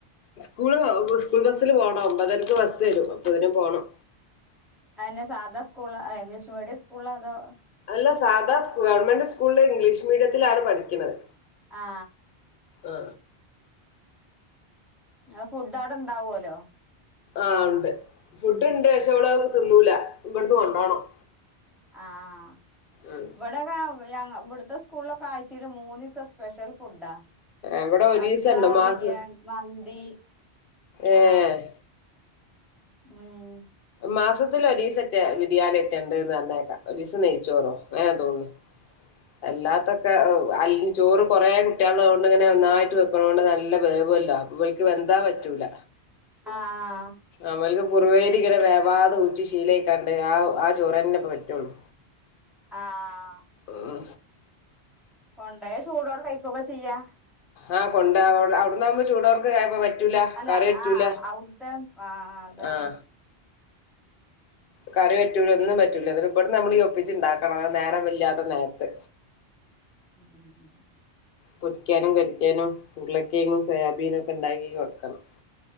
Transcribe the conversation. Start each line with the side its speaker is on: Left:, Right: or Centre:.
Left: സ്കൂള് സ്കൂൾ ബസ്സില് പോണം ഒമ്പതരക്ക് ബസ്സ് വരും അപ്പതിനു പോണം
Centre: അതുതന്നെ സാദാ സ്കൂൾ ഇംഗ്ലീഷ് മീഡിയം സ്കൂളാ അതോ,
Left: അല്ല സാദാ സ്കൂളാ ഗവണ്മെന്റ് സ്കൂളില് ഇംഗ്ലീഷ് മീഡിയത്തിലാണ് പഠിക്കണത്.
Centre: ആ..
Left: ആ
Centre: ആ ഫുഡ് അവിടെ ഇണ്ടാവോലോ..?
Left: ആഹ ഉണ്ട് ഫുഡ് ഇണ്ട് പക്ഷേ ഓൾ തിന്നൂല ഇവിടുന്ന് കൊണ്ടോണം.
Centre: ആഹ
Left: ഉം
Centre: ഇവിടെ - ഇവിടുത്തെ സ്കൂളിലൊക്കെ ആഴ്ചേല് മൂന്നീസം സ്പെഷ്യൽ ഫുഡാ.
Left: ഇവിടെ ഒരീസണ്ട്
Centre: കഫ്സ,
Left: മാസ
Centre: ബിരിയാണി, മന്തി,
Left: ഏഹ്
Centre: ആഹ് ഉം
Left: മാസത്തിലോരീ സറ്റെ ബിരിയാണി ഏറ്റേണ്ടന്ന് പറഞ്ഞേക്കാം ഒരു ദീസം നെയിച്ചോറോ ങ്ങനെ തോന്നുന്നു. അല്ലാത്തൊക്കെ അല്ല ചോറ് കുറെേ കുട്ടികളോള്ളോണ്ട് തൊണ്ട് ഇങ്ങനെ നന്നായിട്ട് വെക്കണതൊണ്ട് നല്ല വേവല്ലോ വെന്താ പറ്റൂല
Centre: ആഹ
Left: ഇവല്ക്ക് കുറവരി ഇങ്ങനെ വേവാതെ ഊറ്റി ശീലയ കാണ്ട് ആ ആ ചോറ്ന്നെപ്പ പറ്റുള്ളു.
Centre: ആഹ
Left: ഓഹ്
Centre: കൊണ്ടേയ ചൂടോടെ കഴിക്കൊക്കെ ചെയ്യാ
Left: ആഹ് കൊണ്ട അവിടന്നാകുമ്പോ ചൂടോർക്ക് <unintelligible> പറ്റൂല
Centre: അല്ല
Left: കറിപറ്റൂല
Centre: ആഹ് അവിടുത്തെ ആഹ് അതാണ്
Left: ആഹ കറി പറ്റൂല ഒന്നും പറ്റൂല അതിന് ഇവിടുന്ന് നമ്മള് യ ഒപ്പിച്ച് ഉണ്ടാക്കണം അത് നേരം ഇല്ലാത്ത നേരത്ത്
Centre: <unintelligible>
Left: പൊരിക്കാനും കരിക്കാനും ഉരുളക്കെങ്ങും സോയാബീനും ഒക്കെ ഉണ്ടാക്കി കൊടുക്കണം